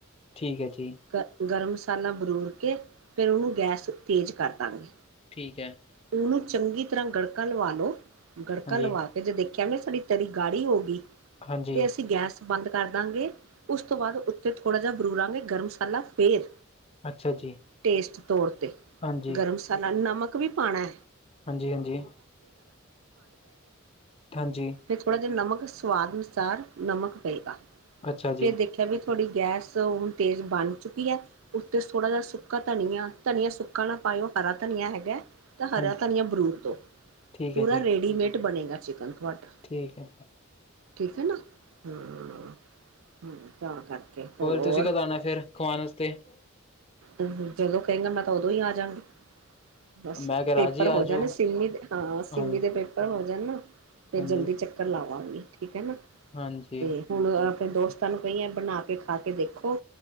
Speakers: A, on the left; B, on the right.
A: ਠੀਕ ਐ ਜੀ।
B: ਗ ਗਰਮ ਮਸਾਲਾ ਬਰੂਰ ਕੇ ਫਿਰ ਉਨੂੰ ਗੈਸ ਤੇਜ਼ ਕਰ ਦਾਂਗੇ।
A: ਠੀਕ ਐ।
B: ਉਨੂੰ ਚੰਗੀ ਤਰ੍ਹਾਂ ਗੜਕਾ ਲਵਾ ਲੋ ਗੜਕਾ
A: ਹਾਂਜੀ
B: ਲਵਾ ਤੇ ਜੇ ਦੇਖਿਆ ਵੀ ਸਾਡੀ ਤਰੀ ਗਾੜੀ ਹੋਗੀ
A: ਹਾਂਜੀ
B: ਤੇ ਅਸੀਂ ਗੈਸ ਬੰਦ ਕਰ ਦਾਂਗੇ ਉਸ ਤੋਂ ਬਾਦ ਉੱਤੇ ਥੋੜ੍ਹਾ ਜਾ ਬਰੂਰਾਂਗੇ ਗਰਮ ਮਸਾਲਾ ਫੇਰ।
A: ਅੱਛਾ ਜੀ।
B: ਟੇਸਟ ਤੋਰ ਤੇ।
A: ਹਾਂਜੀ
B: ਗਰਮ ਮਸਾਲਾ ਨਮਕ ਵੀ ਪਾਨੈ।
A: ਹਾਂਜੀ ਹਾਂਜੀ ਹਾਂਜੀ।
B: ਫਿਰ ਥੋੜ੍ਹਾ ਜਾ ਨਮਕ ਸਵਾਦ ਅਨੁਸਾਰ ਨਮਕ ਪਏਗਾ
A: ਅੱਛਾ
B: ਫਿਰ
A: ਜੀ
B: ਦੇਖਿਆ ਵੀ ਥੋੜ੍ਹੀ ਗੈਸ ਹੁਣ ਤੇਜ਼ ਬਣ ਚੁੱਕੀ ਐ ਉੱਤੇ ਥੋੜ੍ਹਾ ਜਾ ਸੁੱਕਾ ਧਨੀਆ ਧਨੀਆ ਸੁੱਕਾ ਨਾ ਪਾਇਓ ਹਰਾ ਧਨੀਆ ਹੈਗੈ। ਤਾਂ ਹਰਾ
A: ਹਾਂ
B: ਧਨੀਆ ਬਰੂਰ ਦੋ
A: ਠੀਕ
B: ਪੂਰਾ
A: ਹੈ ਜੀ
B: ਰੇਡੀਮੇਡ ਬਣੇਗਾ ਚਿਕਨ ਤੁਹਾਡਾ।
A: ਠੀਕ ਐ
B: ਠੀਕ ਐ ਨਾ। ਹਾਂ-ਹਾਂ ਤਾਂ ਕਰਕੇ ਹੋਰ?
A: ਤੁਸੀਂ ਕਦੋਂ ਆਉਣਾ ਫਿਰ ਖਵਾਉਣ ਵਾਸਤੇ
B: ਹਮ ਜਦੋਂ ਕਏਂਗਾ ਮੈਂ ਤਾਂ ਓਦੋਂ ਈ ਆ ਜਾਂਗੀ। ਬਸ
A: ਮੈਂ ਕਿਹਾ
B: ਪੇਪਰ
A: ਰਾਜੀ ਆ
B: ਹੋ
A: ਜਾਓ
B: ਜਾਣ ਸਿੰਮੀ ਦੇ ਹਾਂ
A: ਹਾਂਜੀ
B: ਸਿੰਮੀ ਦੇ ਪੇਪਰ ਹੋ ਜਾਣ ਫੇ
A: ਹਾਂਜੀ
B: ਜਲਦੀ ਚੱਕ ਕਲ ਲਾਵਾਂਗੀ ਠੀਕ ਐ ਨਾ।
A: ਹਾਂਜੀ।
B: ਤੇ ਹੁਣ ਆਪਣੇ ਦੋਸਤਾਂ ਨੂੰ ਕਈ ਐ ਬਣਾ ਕੇ ਖਾ ਕੇ ਦੇਖੋ